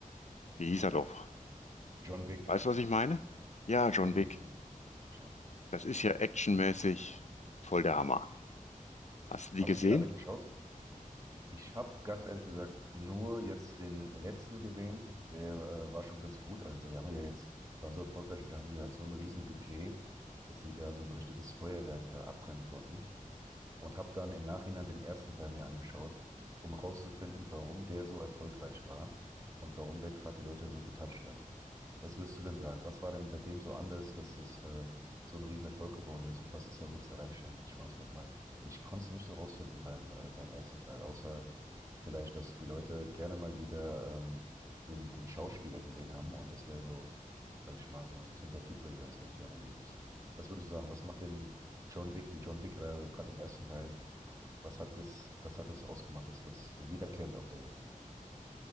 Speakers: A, on the left (about 55°); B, on the right (about 25°).
A: Wie hieß er doch?
B: John Wick,
A: Weißt du, was ich meine? Ja, John
B: John
A: Wick.
B: Wick. Ja.
A: Das ist ja actionmäßig voll der Hammer. Hast du die
B: Hast
A: gesehen?
B: du die alle geschaut? Ich habe ganz ehrlich gesagt nur jetzt den letzten gesehen. Der äh, war schon ganz gut. Also die haben ja jetzt, die waren so erfolgreich und da haben die halt so ein Riesenbudget, dass die da so ein richtiges Feuerwerk da abbrennen konnten. und habe dann im Nachhinein den ersten Teil mir angeschaut, um rauszufinden, warum der so erfolgreich war und warum der gerade die Leute so getatscht hat. Was würdest du denn sagen? Was war denn bei dem so anders, dass das äh, so ein Riesenerfolg geworden ist? Und was ist da so das Alleinstellungsmerkmal? Und ich konnte es nicht so rausfinden beim, äh, beim ersten Teil, außer vielleicht, dass die Leute gerne mal wieder ähm, den, den Schauspieler gesehen haben und dass der so, sag ich mal, so ein Sympathieträger ist, der Keanu Reeves. Was würdest du sagen? Was macht den John Wick, die John Wick-Reihe oder gerade den ersten Teil was hat das, was hat das ausgemacht, dass das jeder kennt auf der Welt?